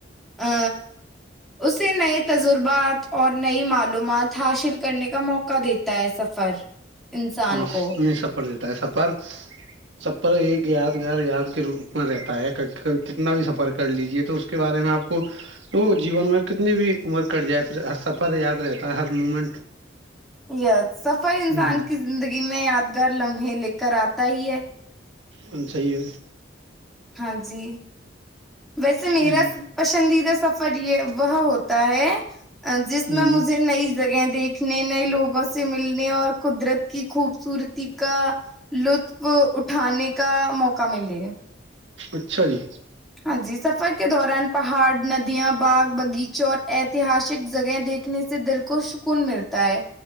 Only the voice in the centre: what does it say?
ا اس سے نئے تجربات اور نئی معلومات حاصل کرنے کا موقع دیتا ہے سفر انسان
کو
ی سفر انسان
کی زندگی میں یادگار لمحے لے کر آتا ہی ہے
ہاں جی ویسے میرا
پسندیدہ سفر یہ وہ ہوتا ہے جس میں
مجھے نئی جگہیں دیکھی سیککھنے نئے لوگوں سے ملنے اور قدرت کی خوبصورتی کا لطف ا <unintelligible> تھانے کے <unintelligible> موکا ملے
ہاں جی سفر کے دوران پہاڑ ندیاں باغ باغیچوں اور اتہاسک <inaudible> جگہ دیکھنے سے دل کو سکون ملتا ہے